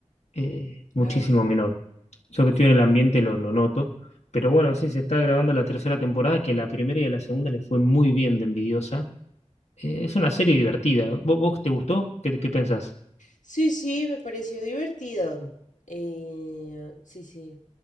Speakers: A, on the left (about 60°); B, on the left (about 85°).
A: eh, muchísimo
B: Ah, sí.
A: menor. Yo que estoy en el ambiente lo, lo noto, pero bueno, sí, se está grabando la tercera temporada, que la primera y a la segunda le fue muy bien de Envidiosa. Eh, es una serie divertida. ¿Vos, vos te gustó? ¿Qué, qué pensás?
B: Sí, sí, me pareció divertido. Eh, sí, sí.